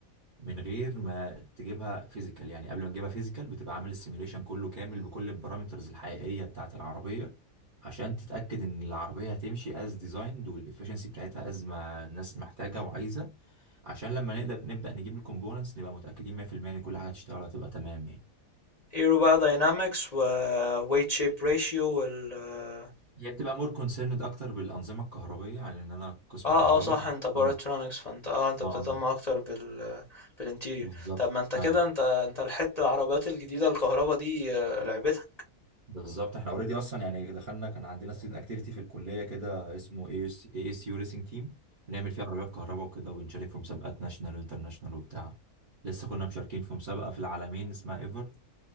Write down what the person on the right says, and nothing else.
من غير ما تجيبها فيزيكال يعني قبل ما تجيبها فيزيكال بتبقى عامل السيميوليشن كله كامل بكل البارامترز الحقيقيه بتاعه العربيه عشان تتاكد ان العربيه هتمشي از ديزايند والافشنسي بتاعتها از ما الناس محتاجه وعايزه عشان لما نقدر نبدا نجيب الكومبوننتس نبقى متاكدين 100% ان كل حاجه هتشتغل هتبقى تمام يعني
هي بتبقى مور كونسيرند اكتر بالانظمه الكهربائيه على ان انا قسم
كهرباء
اه
اه
آه،
بالظبط
أيوة.
بالظبط احنا اوريدي اصلا يعني دخلنا كان عندنا ستودنت اكتيفيتي في الكليه كده اسمه اي اس اي اس يو ريسنج تيم بنعمل فيه عربيات كهرباء وكده وبنشارك في مسابقات ناشونال وانترناشونال وبتاع لسه كنا مشاركين في مسابقه في العالمين اسمها ايفر